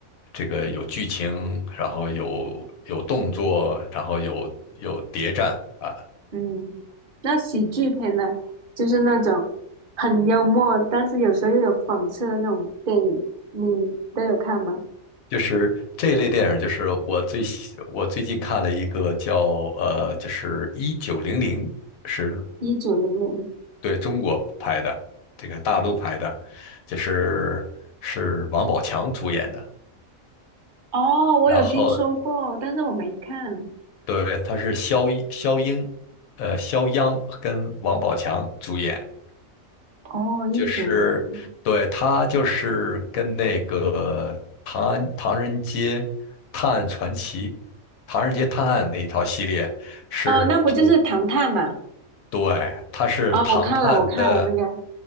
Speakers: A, on the left (about 80°); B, on the right (about 45°).
A: 这个有剧情，然后有有动作，然后有有谍战啊，
B: 嗯，那喜剧片呢，就是那种很幽默，但是有时候又有讽刺的那种电影，你都有看吗？
A: 就是这一类电影。就是我最喜我最近看了一个叫呃，就是一九零零，是
B: 一九零零，
A: 对中国拍的，这个大陆拍的，就是是王宝强主演的。
B: 哦，我有听说过，
A: 然后
B: 但是我没看。
A: 对，他是肖一肖英，呃，肖央跟王宝强主演，
B: 哦，一九零零，
A: 就是对他就是跟那个《唐安唐人街探案传奇》《唐人街探案》那一套系列是同，
B: 哦，那不就是《唐探》嘛？
A: 对，他是唐探的，
B: 哦，我看了，我看了那个